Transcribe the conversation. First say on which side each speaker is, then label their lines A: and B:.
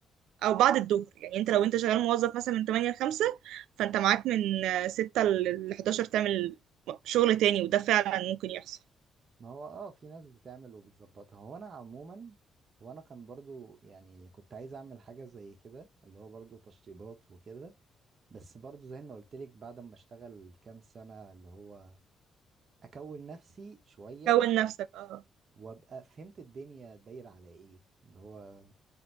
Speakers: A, on the right; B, on the right.
A: او بعد الظهر يعني انت لو انت شغال موظف مثلا من 8 ل 5 فانت معاك من آه، 6 ل 11 تعمل شغل تاني وده فعلا ممكن يحصل
B: ما هو اه في ناس بتعمل وبتظبطها هو انا عموما هو انا كان برضو يعني كنت عايز اعمل حاجة زي كده اللي هو برضو تشطيبات وكده بس برضو زي ما قلت لك بعد ما اشتغل كام سنة اللي هو اكون نفسي شوية
A: كون نفسك اه
B: وابقى فهمت الدنيا دايرة على ايه اللي هو